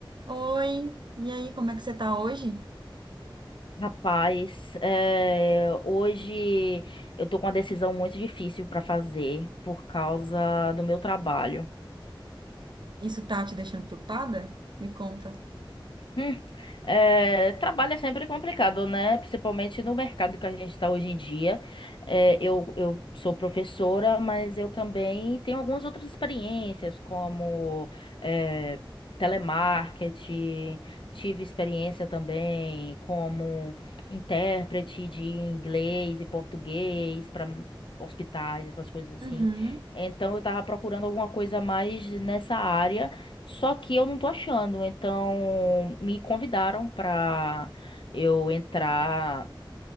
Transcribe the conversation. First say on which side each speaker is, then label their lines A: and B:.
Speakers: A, on the right (about 60°); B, on the left (about 65°).
A: Oi, e aí, como é que você tá hoje?
B: Rapaz, eh, hoje eu tô com uma decisão muito difícil para fazer por causa do meu trabalho.
A: Isso tá te deixando preocupada? Me conta.
B: Hum, é, trabalho é sempre complicado, né? Principalmente no mercado que a gente está hoje em dia. É, eu, eu sou professora, mas eu também tenho algumas outras experiências, como é, telemarketing, tive experiência também como intérprete de inglês e português para hospitais, essas coisas
A: Uhum.
B: assim. Então eu estava procurando alguma coisa mais nessa área. Só que eu não tô achando, então me convidaram pra eu entrar